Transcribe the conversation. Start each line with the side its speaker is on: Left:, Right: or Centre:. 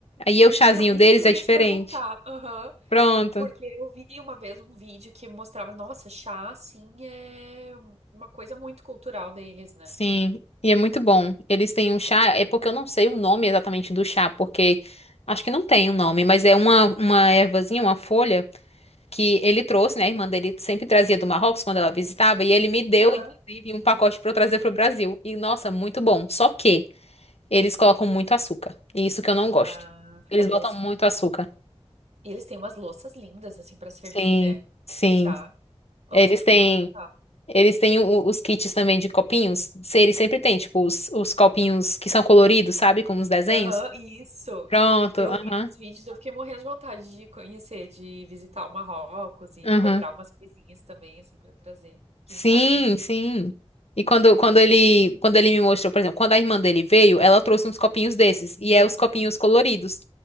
Left: Aí o chazinho
Right: Ah, isso
Left: deles
Right: que eu
Left: é
Right: ia
Left: diferente.
Right: te perguntar. Aham.
Left: Pronto.
Right: Porque eu vi uma vez um vídeo que mostrava, nossa, chá, assim, é uma coisa muito cultural deles, né?
Left: Sim, e é muito bom. Eles têm um chá, é porque eu não sei o nome exatamente do chá, porque acho que não tem um nome, mas é uma, uma ervazinha, uma folha que ele trouxe, né? A irmã dele sempre trazia do Marrocos quando ela visitava, e ele me deu,
Right: Aham.
Left: inclusive, um pacote pra eu trazer pro Brasil. E nossa, muito bom. Só que eles colocam muito açúcar, e isso que eu não gosto.
Right: Ah, fica
Left: Eles
Right: doce.
Left: botam muito açúcar.
Right: E eles têm umas louças lindas, assim, pra servir,
Left: Sim,
Right: né?
Left: sim.
Right: Chá. Nossa,
Left: Eles
Right: eu fico
Left: têm.
Right: encantada.
Left: Eles têm o- os kits também de copinhos. Se- Eles sempre têm, tipo, os, os copinhos que são coloridos, sabe? Com os desenhos.
Right: Aham, isso.
Left: Pronto,
Right: Eu
Left: aham.
Right: vi nos vídeos, eu fiquei morrendo de vontade de conhecer, de visitar o Marrocos e
Left: Aham.
Right: comprar algumas coisinhas também, assim, pra trazer. Quem
Left: Sim,
Right: sabe um dia.
Left: sim. E quando, quando ele, quando ele me mostrou, por exemplo, quando a irmã dele veio, ela trouxe uns copinhos desses, e é os copinhos coloridos.